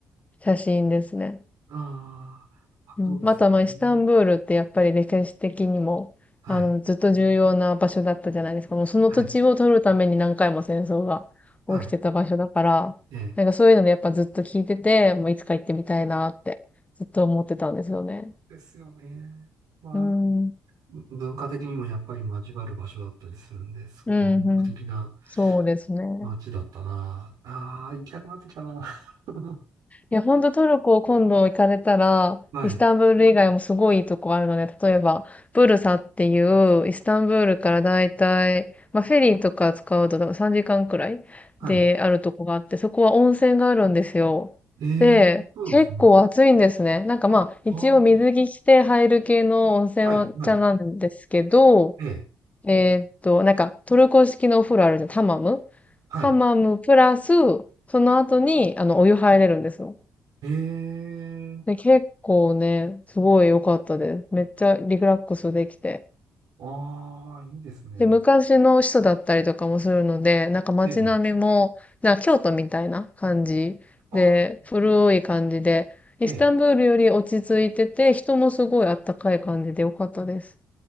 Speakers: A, on the left (about 20°); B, on the right (about 75°).
A: 写真ですね。
B: あーあ、
A: うん、
B: そうですよね。
A: また、まあ、イスタンブールってやっぱり歴史的にも、
B: はい。
A: あの、ずっと重要な場所だったじゃないですか。もうその土地を取るために何回も戦争が
B: はい。はい。
A: 起きてた場所だから、
B: ええ。
A: なんかそういうのでやっぱずっと聞いてて、もういつか行ってみたいなってずっと思ってたんですよね。
B: ですよね。まあ、
A: うん、うん、
B: 文化的にもやっぱり交わる場所だったりするんで、すごく魅力的な
A: うん。そうですね。
B: 街だったな。ああ、行きたくなってきたな。<laughs>
A: いや、ほんとトルコ今度行かれたら、
B: はい。
A: イスタンブール以外もすごいいいとこあるので、例えば、ブルサっていう、イスタンブールからだいたい、まあ、フェリーとか使うとだから3時間くらいであるとこがあって、
B: はい。
A: そこは温泉があるんですよ。
B: えー、
A: で、
B: そうなんですね。
A: 結構暑いんですね。なんかまあ、
B: あ
A: 一応水着着て入る系の温泉は茶なんですけど、
B: あ、はい、はい。ええ、
A: えーっと、なんかトルコ式のお風呂あるじゃん、ハマム
B: はい。
A: ハマムプラス、その後に、あの、お湯入れるんですよ。
B: えー、
A: で、結構ね、すごい良かったです。めっちゃリラックスできて。
B: ああ、いいですね。
A: で、昔の人だったりとかもするので、なんか街並みも、
B: ええ、
A: なんか京都みたいな感じで、
B: あ
A: 古い感じで、
B: ええ、
A: イスタンブールより落ち着いてて、人もすごいあったかい感じで良かったです。